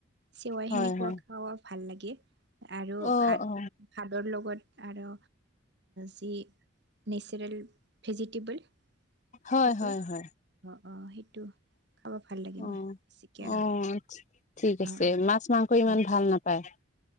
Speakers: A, on the right; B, on the left.
A: চেৱৈ
B: হয়
A: সেনেকুৱা
B: হয়
A: খায় ভাল লাগে। আৰু
B: অ
A: ভাত।
B: অ
A: ভাতৰ লগত আৰু যি নেচাৰেল ভেজিটেবল। সেইটো
B: হয়
A: কয়
B: হয় হয়।
A: অ অ সেইটো। খাব ভাল লাগে
B: অঁ
A: মই বেছিকে আৰু
B: অ' ঠিক আছে,
A: অ অ
B: মাছ মাংস ইমান
A: হয়
B: ভাল নাপায়?